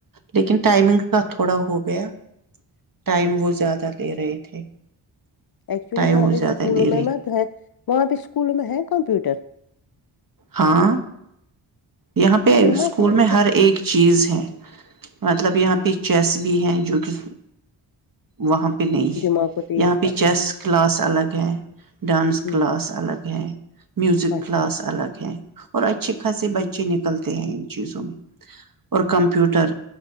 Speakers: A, on the right; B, on the left.
A: لیکن ائمنگ کا تھوڑا ہو گیا ٹائم
B: اچھا
A: وہ
B: ٹھیک
A: زیادہ
B: یک
A: لے رہے تھے
B: ایکچولی
A: ٹائم
B: یہاں
A: وہ
B: پہ
A: زیادہ
B: اسکولوں
A: لے رہے
B: میں میں تو ہے وہاں پہ اسکولوں میں ہے کمپیوٹر
A: ہاں یہاں پہ اسکول
B: مت ہے ان
A: میں
B: کو
A: ہر ایک چیز ہے مطلب یہاں پہچس بھی ہیں جو کہ وہاں پہ نہیں ہے
B: دماغ کو تیز
A: یہاں
B: کرنا
A: پہ چیس
B: ہے
A: کلاس الگ ہے ڈانس
B: نا
A: کلاس الگ ہے میوزک
B: اچھا
A: کلاس
B: اچھا
A: الگ ہے اور اچھیے کھ سے بچے ن نکلتے ہیں ان چیزوں میں اور کمپیوٹر